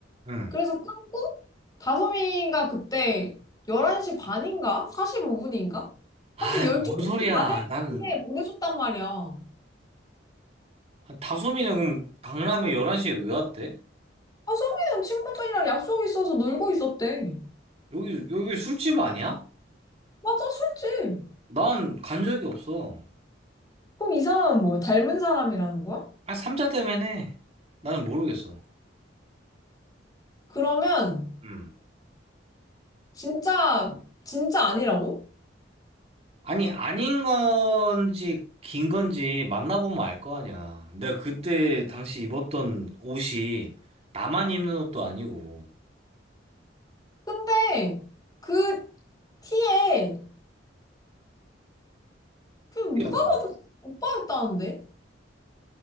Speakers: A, on the right; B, on the left.
A: 응.
B: 그래서 끊고 다솜이가 그때 11시 반인가? 45분인가?
A: 아,
B: 하여튼 12시
A: 뭔 소리야.
B: 다될
A: 난,
B: 때 보내줬단 말이야. 아,
A: 아, 다솜이는 그럼 강남에 11시에 왜 왔대?
B: 소민는 친구들이랑 약속이 있어서 놀고 있었대.
A: 여기, 여기 술집 아니야?
B: 맞아, 술집.
A: 난 간 적이 없어.
B: 그럼 이 사람은 뭐야? 닮은 사람이라는 거야?
A: 아, 삼자 때문에. 나는 모르겠어.
B: 그러면
A: 응.
B: 진짜 진짜 아니라고?
A: 아니, 아닌 건지, 긴 건지 만나보면 알 거 아니야. 내가 그때 당시 입었던 옷이 나만 입는 옷도 아니고.
B: 근데 그 티에 그
A: 이게
B: 누가
A: 뭐
B: 봐도 오빠였다는데?